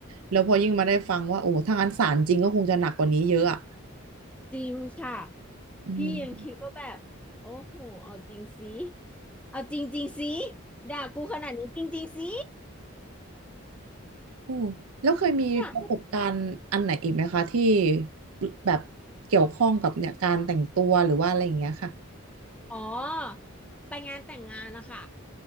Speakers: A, on the right; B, in the centre.
A: แล้วพอยิ่งมาได้ฟังว่าโอ้ถ้างั้นศาลจริงก็คงจะหนักกว่านี้เยอะอะ
B: จริงค่ะ
A: อืม
B: พี่ยังคิดว่าแบบโอ้โหเอาจริงสิ เอาจริงๆสิด่ากูขนาดนี้จริงๆสิ
A: อืมแล้วเคยมีประสบการณ์อันไหนอีกไหมคะที่
B: อยาก
A: แบบเกี่ยวข้องกับเนี่ยการแต่งตัวหรือว่าอะไรอย่างเงี้ยค่ะ
B: อ๋อไปงานแต่งงานนะคะ